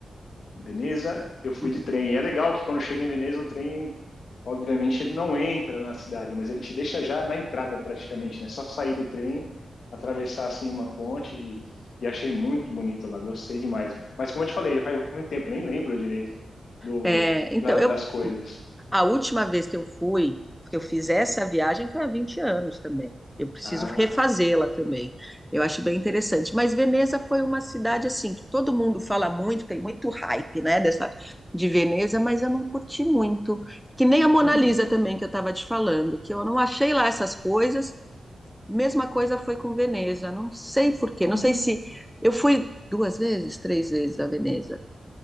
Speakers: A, on the left; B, in the centre.
A: Veneza, eu fui
B: Uhum.
A: de trem. E é legal que quando chega em Veneza, o trem, obviamente, ele não entra na cidade, mas ele te deixa já na entrada praticamente, né? Só sair do trem, atravessar assim uma ponte e, e achei muito bonito lá, gostei demais. Mas como eu te falei, já faz muito tempo, nem lembro direito do,
B: É, então,
A: da-
B: eu
A: das coisas.
B: A última vez que eu fui, que eu fiz essa viagem, foi há 20 anos também. Eu preciso
A: Ah,
B: refazê-la também. Eu acho bem interessante. Mas Veneza foi uma cidade assim que todo mundo fala muito, tem muito hype, né, dessa de Veneza, mas eu não curti muito. Que nem a Mona
A: hum,
B: Lisa também que eu estava te falando, que eu não achei lá essas coisas. Mesma coisa foi com Veneza. Não sei por quê. Não
A: hum.
B: sei se eu fui duas vezes, três vezes a Veneza.